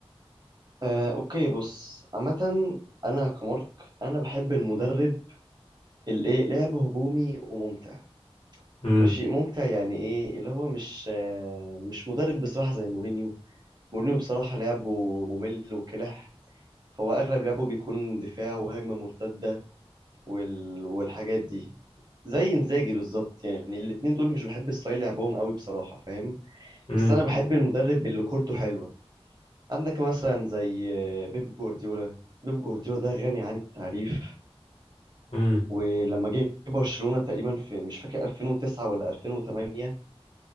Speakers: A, on the right; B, on the left.
A: آه، اوكي بص عامه انا كمارك انا بحب المدرب اللي ايه لعب هجومي وممتع
B: امم
A: ماشي ممتع يعني ايه اللي هو مش آه، مش مدرب بصراحه زي مورينيو مورينيو بصراحه لعبه ممل وكلح هو اغلب لعبه بيكون دفاع وهجمه مرتده وال... والحاجات دي زي انزاجي بالظبط يعني الاتنين دول مش بحب ستايل لعبهم قوي بصراحه فاهم
B: امم
A: بس انا بحب المدرب اللي كورته حلوه عندك مثلا زي بيب جوارديولا بيب جوارديولا ده غني عن التعريف
B: امم
A: ولما جه برشلونة تقريبا في مش فاكر 2009 ولا 2008